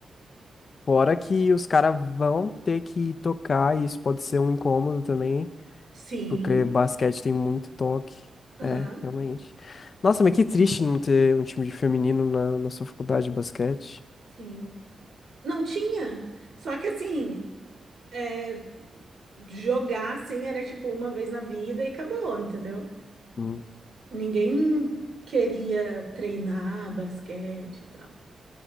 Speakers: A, on the left; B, on the right.
A: Fora que os caras vão ter que tocar, e isso pode ser um incômodo também,
B: Sim,
A: porque basquete tem muito toque.
B: aham,
A: É, realmente. Nossa, mas que triste não ter um time de feminino na, na sua faculdade de basquete.
B: sim. Não tinha. Só que assim, é, jogar assim era tipo uma vez na vida e acabou, entendeu?
A: Hum.
B: Ninguém queria treinar basquete e tal.